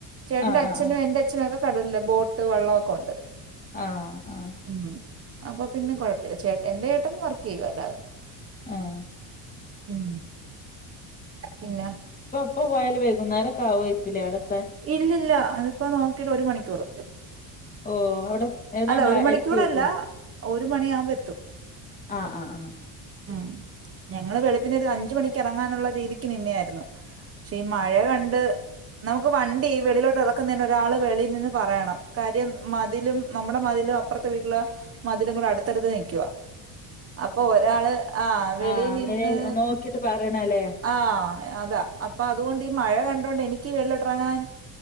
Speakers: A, on the right; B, on the left.
A: ചേട്ടന്റെ
B: ആഹ്
A: അച്ഛനും
B: ആഹ് ആഹ്
A: എന്റെ അച്ഛനുമൊക്കെ കടലല്ല ബോട്ട് വള്ളമൊക്കെ ഉണ്ട്
B: ആഹ് ആഹ്
A: ഉം അപ്പൊ പിന്നെ കുഴപ്പമില്ല ചേട്ടൻ എന്റെ ചേട്ടൻ വർക്ക് ചെയ്യുവ അല്ലാത
B: ആഹ്
A: ഉം പിന്ന
B: ഇപ്പം പോയൽ വൈകുന്നേരക്ക ആവമായിരിക്കല്ലേ അവിടെ എ
A: ഇല്ലില്ല അതിപ്പോ നോക്കിട്ട് ഒരു മണിക്കൂർ
B: ഓ അവിടെ ഏതാണ്ട്
A: അല്ല ഒരു മണിക്കൂറല്ല
B: എത്തിയേക്കും
A: ഒരു മണിയാകുമ്പോ എത്തും
B: ആ ആ ആ
A: ഉം ഞങ്ങള് വെളുപ്പിന് ഒരു അഞ്ച മണിക്ക് ഇറങ്ങാനുള്ള രീതിക്ക് നിന്നായിരുന്നു. പക്ഷെ ഈ മഴ കണ്ട് നമുക്ക് വണ്ടി വെളിയിലോട്ട് ഇറക്കുന്നതിന് ഒരാള് വെളിയിൽ നിന്ന് പറയണം കാര്യം മതിലും നമ്മുടെ മതിലും അപ്പുറത്തെ വീട്ടിലെ മതിലും കൂടെ അടുത്തടുത്ത് നിക്കുവ അപ്പൊ ഒരാള് ആ വെളി
B: ആഹ്
A: നിന്ന്
B: നേ നോക്കിട്ട് പറയണല്ലേ
A: ആ അതാ അപ്പൊ അതുകൊണ്ട് ഈ മഴ കണ് എനിക്ക് വെളിയോട്ട്റങ്ങാൻ